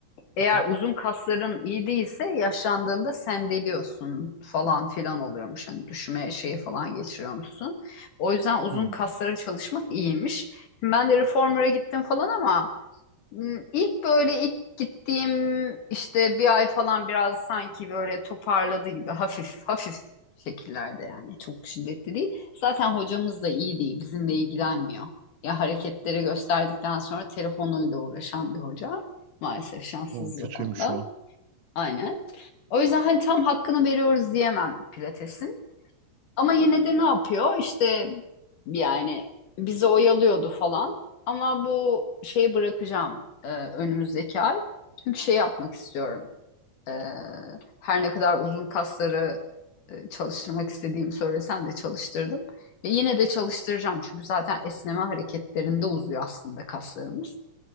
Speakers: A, on the left; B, on the right.
A: eğer
B: Hı hı.
A: uzun kasların iyi değilse yaşlandığında sendeliyorsun falan filan oluyormuş. Hani düşme şeyi falan geçiriyormuşsun. O yüzden uzun
B: Hmm,
A: kaslara çalışmak iyiymiş. Şimdi ben de reformer'a gittim falan ama Hmm, İlk böyle ilk gittiğim işte bir ay falan biraz sanki böyle toparladı gibi hafif <laughs> hafif şekillerde yani çok şiddetli değil. Zaten hocamız da iyi değil bizimle ilgilenmiyor. Ya hareketleri gösterdikten sonra telefonuyla uğraşan bir hoca. Maalesef şanssızız
B: o kötüymüş
A: o konuda.
B: o.
A: Aynen. O yüzden hani tam hakkını veriyoruz diyemem Pilates'in. Ama yine de ne yapıyor? İşte yani bizi oyalıyordu falan. Ama bu şeyi bırakacağım e, önümüzdeki ay. Çünkü şey yapmak istiyorum. E, her ne kadar uzun kasları e, çalıştırmak istediğimi söylesen de çalıştırdım. Ve yine de çalıştıracağım. Çünkü zaten esneme hareketlerinde uzuyor aslında kaslarımız.